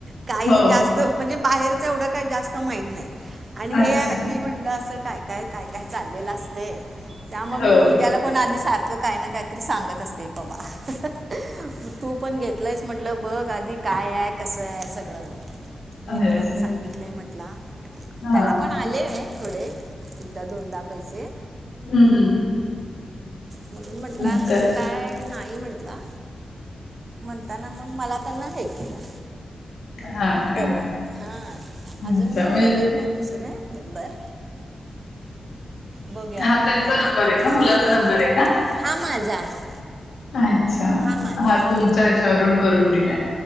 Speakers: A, on the right; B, on the left.
A: काही
B: हो
A: जास्त म्हणजे बाहेरचं एवढं काही जास्त माहीत नाही आणि
B: अच्छा
A: हे हल्ली म्हटलं असं काय. काय, काय, काय चाललेलं असतय त्यामुळे
B: हो
A: मी मुलग्याला पण आधी सारखं काही ना काहीतरी सांगत अस ते पवा म तूप पण घेतलंयसं म्हटलं बघ आधी काय आहे, कसं आहे सगळं. मित्रांने
B: अच्छा
A: सांगितलंय म्हंटला
B: हां
A: त्याला पण आलेये थोडे, एकदा दोनदा पैसे.
B: हूं हूं!
A: म्हणून म्हटला,
B: अच्छा
A: तसं काय नाही म्हटला. म्हणताना मग मला त्यांना हे केलं.
B: हां का
A: त्याला आणि हा
B: अच्छा
A: अजून मी
B: म्हणजे
A: केलेले नाही दुसरे मेंबर. बघूया
B: हा
A: मग आता
B: त्यांचा
A: विचार
B: नंबर
A: करायचा
B: आहे का, मुलाचा नंबर आहे का?
A: हा माझा आहे
B: अच्छा
A: माझा
B: हा
A: आहे
B: तुमच्या यांच्यावरून करून दिलाय.